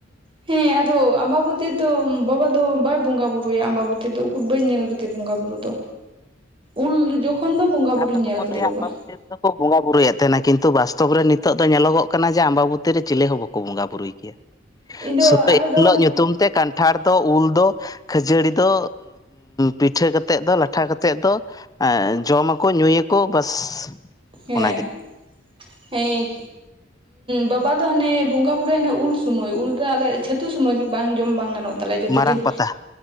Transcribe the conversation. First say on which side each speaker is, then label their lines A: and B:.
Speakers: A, on the right; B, on the left.
A: ᱦᱮᱸ ᱟᱫᱚ ᱟᱢᱵᱟᱵᱚᱛᱤ ᱫᱚ ᱵᱟᱵᱟ ᱫᱚ ᱵᱟᱭ ᱵᱚᱸᱜᱟ ᱵᱩᱨᱩᱭᱟ ᱟᱢᱵᱟᱵᱚᱛᱤ ᱫᱚ ᱩᱠᱩᱨ ᱵᱟᱹᱧ ᱧᱮᱞ ᱠᱟᱫᱮᱭᱟ ᱵᱚᱸᱜᱟ ᱵᱩᱨᱩ ᱫᱚ
B: <unintelligible>
A: ᱩᱞ ᱡᱚᱠᱷᱚᱱ ᱫᱚ ᱵᱚᱸᱜᱟ ᱵᱩᱨᱩᱧ
B: ᱟᱫᱚ
A: ᱧᱮᱞ ᱠᱮᱫᱮ
B: ᱞᱟᱹᱭᱟ
A: ᱵᱟᱵᱟ
B: ᱟᱢᱵᱟᱵᱚᱛᱤ ᱫᱚᱠᱚ ᱵᱚᱸᱜᱟ ᱵᱩᱨᱩᱭᱮᱫ ᱛᱟᱦᱮᱱᱟ ᱠᱤᱱᱛᱩ ᱵᱟᱥᱛᱚᱵ ᱨᱮ ᱱᱤᱛᱚᱜ ᱫᱚ ᱧᱮᱞᱚᱜ ᱠᱟᱱᱟ ᱡᱮ ᱟᱢᱵᱟᱵᱚᱛᱤ ᱨᱮ ᱪᱤᱞᱤ ᱦᱚᱸ ᱵᱟᱠᱚ ᱵᱚᱸᱜᱟ ᱵᱩᱨᱩᱭ
A: ᱤᱧ ᱫᱚ
B: ᱥᱩᱛᱟᱹ
A: ᱟᱞᱮ
B: ᱮᱱᱦᱤᱞᱳᱜ
A: ᱫᱚ
B: ᱧᱩᱛᱩᱢ ᱛᱮ ᱠᱟᱱᱴᱷᱟᱲ ᱫᱚ ᱩᱞ ᱫᱚ ᱠᱷᱟᱹᱡᱟᱹᱲᱤ ᱫᱚ ᱯᱤᱴᱷᱟᱹ ᱠᱟᱛᱮᱫ ᱫᱚ ᱞᱟᱴᱷᱟ ᱠᱟᱛᱮᱫ ᱫᱚ ᱡᱚᱢᱟ ᱠᱚ ᱧᱩᱭᱟᱠᱚ ᱵᱟᱥ
A: ᱦᱮᱸ
B: ᱚᱱᱟᱜᱮ
A: ᱦᱮᱸ ᱵᱟᱵᱟ ᱫᱚ ᱦᱟᱱᱮ ᱵᱚᱸᱜᱟ ᱵᱩᱨᱩᱭᱟ ᱦᱟᱱᱮ ᱩᱞ ᱥᱚᱢᱚᱭ ᱩᱞ ᱨᱮ ᱟᱞᱮ ᱪᱷᱟᱹᱛᱩ ᱥᱩᱢᱚᱭ ᱜᱮ ᱵᱟᱝ ᱡᱚᱢ ᱵᱟᱝ ᱜᱟᱱᱚᱜ ᱛᱟᱦᱞᱮ ᱡᱚᱛᱚ
B: ᱢᱟᱨᱟᱝ
A: ᱫᱤᱱ
B: ᱯᱟᱛᱟ